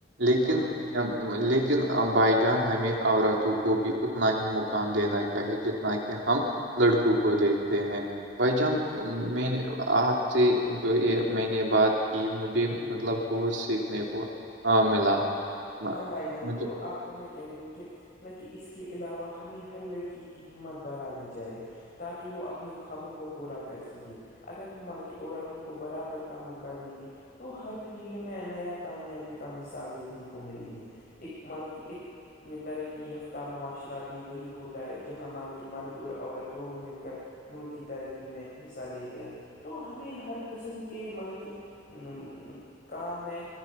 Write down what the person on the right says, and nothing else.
لیکن
لیکن بائی جان ہمیں عورتوں کو بھی اتنا ہی مقام دینا چاہیے جتنا کہ ہم لڑکوں کو دییکتے ہیں بھائی جان میں نے آپ سے جو یہ میں نے بات کی مجھے مطلب ب سیکھنے کو ملا م-
مجھے